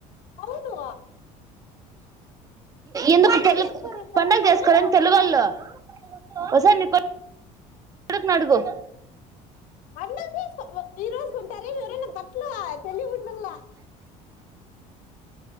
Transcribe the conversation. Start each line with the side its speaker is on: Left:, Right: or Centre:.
Left: అవును
Right: ఎందుకు
Left: పండుగ చేసుకోరు కదా
Right: పండగ
Left: వాళ్ళు
Right: చేసుకోరా తెలుగోళ్ళు వాళ్ళు ఒకసారి నీ కొడుకు నీ అడుగు
Left: పండుగ చేసుకో ఈ రోజు కొంటారు ఎవరైనా బట్టలు తెలివి ఉండాల